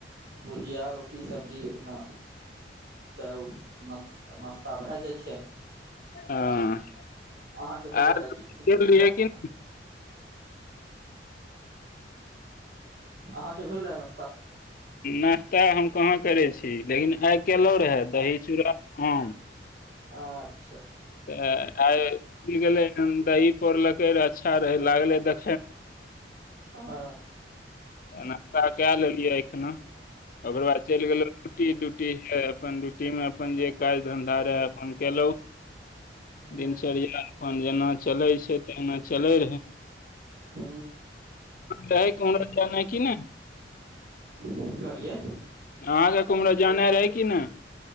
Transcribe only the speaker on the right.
भुजिया रोटी सब्जी अपना तऽ नश्त नाश्ता भए जाइ छै
अहाँके भेलै
रहए
कि
नहि
अहाँके भेल रहै ने
आछ
हँ
ह
ह
की कहलियै